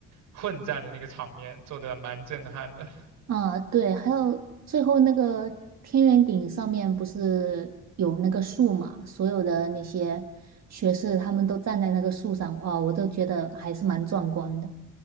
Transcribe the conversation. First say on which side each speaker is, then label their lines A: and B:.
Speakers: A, on the right (about 85°); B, on the right (about 60°).
A: 混战的那个场面，做得蛮震撼的。
B: 啊，对，还有最后那个天元顶上面不是有那个树嘛？所有的那些学士他们都站在那个树上，哇，我都觉得还是蛮壮观的。